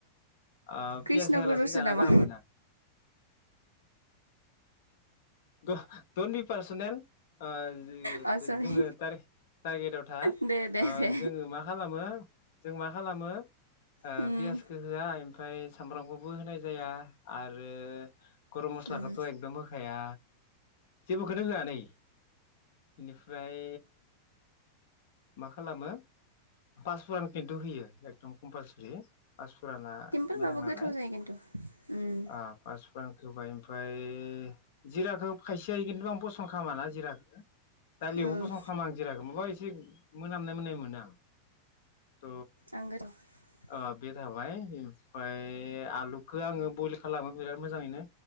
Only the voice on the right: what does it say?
कृष्ण
गुरुसो
नामा
अ सरि
दे दे दे
उम
उम
सिमपोलबाबो
गोथाव जायो खिन्थु उम
उम
<unintelligible>